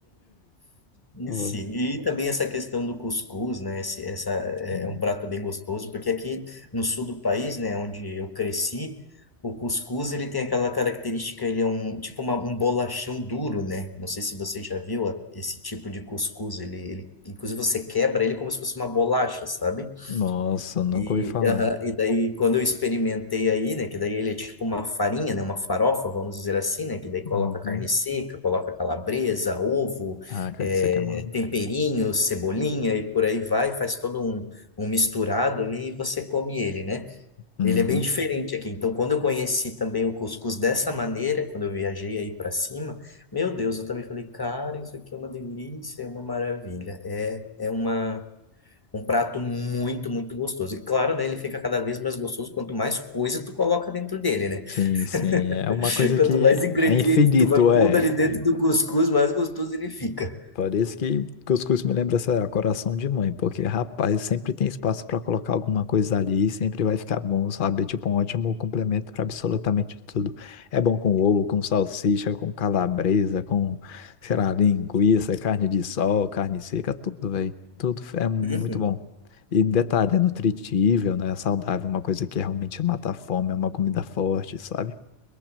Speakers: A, on the left; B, on the left.
A: e
B: Oh,
A: sim. E também essa questão do cuscuz, né? Esse, essa é
B: sim.
A: é um prato bem gostoso, porque aqui no sul do país, né, onde eu cresci, o cuscuz ele tem aquela característica, ele é um tipo uma, um bolachão duro, né? Não sei se você já viu a- esse tipo de cuscuz, ele, ele inclusive você quebra ele como se fosse uma bolacha, sabe?
B: Nossa, nunca
A: E,
B: ouvi falar.
A: aham, e daí, quando eu experimentei aí, né, que daí ele é tipo uma farinha, né, uma farofa, vamos dizer assim, né, que daí coloca
B: Uhum.
A: carne seca, coloca calabresa, ovo,
B: Ah, cara,
A: é,
B: isso aqui é uma...
A: temperinhos, cebolinha e por aí vai, faz todo um, um misturado ali e você come ele, né?
B: Uhum.
A: Ele é bem diferente aqui. Então, quando eu conheci também o cuscuz dessa maneira, quando eu viajei aí para cima, meu Deus, eu também falei, cara, isso aqui é uma delícia, é uma maravilha. É, é uma. Um prato muito, muito gostoso. E claro, né, ele fica cada vez mais gostoso quanto mais coisa tu coloca dentro dele, né?
B: Sim, sim.
A: <laughs>
B: É uma coisa
A: Quanto
B: que
A: mais
B: é,
A: ingrediente
B: é infinito,
A: tu vai pondo
B: é.
A: ali dentro do cuscuz, mais gostoso ele fica.
B: Parece que cuscuz me lembra essa coração de mãe, porque rapaz, sempre tem espaço para colocar alguma coisa ali, e sempre vai ficar bom, sabe? É Tipo um ótimo complemento para absolutamente tudo. É bom com ovo, com salsicha, com calabresa, com, sei lá, linguiça, carne de sol, carne seca, tudo, velho. Tudo é muito
A: Uhum.
B: bom. E detalhe, é nutritível, né? É saudável, uma coisa que realmente mata a fome, é uma comida forte, sabe?